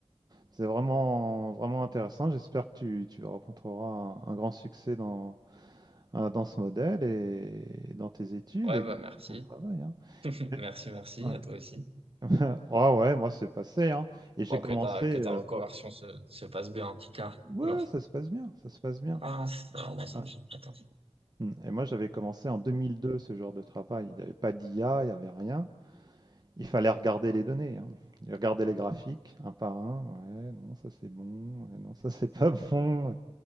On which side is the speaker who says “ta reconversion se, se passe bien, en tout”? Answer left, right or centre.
Right